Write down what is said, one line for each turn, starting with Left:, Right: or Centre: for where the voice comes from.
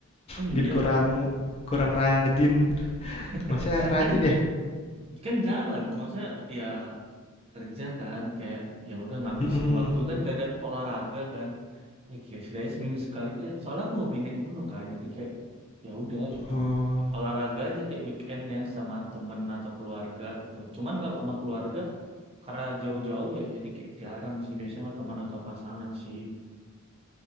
Right: Oh iya,
Left: mungkin kurang kurang rajin.
Right: <laughs>
Left: Masnya rajin
Right: kan
Left: ya?
Right: kan jalan, maksudnya ya kerja kan, kayak ya udah ngabisin
Left: <laughs> Mhm mhm.
Right: waktu kan gak ada olahraga kan. Ya kayak setidaknya seminggu sekali. kayak- Soalnya aku hobi naik gunung kan, jadi kayak ya udah gitu.
Left: Oh.
Right: Olahraga aja kayak weekendnya sama temen atau keluarga gitu. Cuman kalau sama keluarga karena jauh-jauh ya, jadi kayak jarang sih biasanya sama teman atau pasangan sih.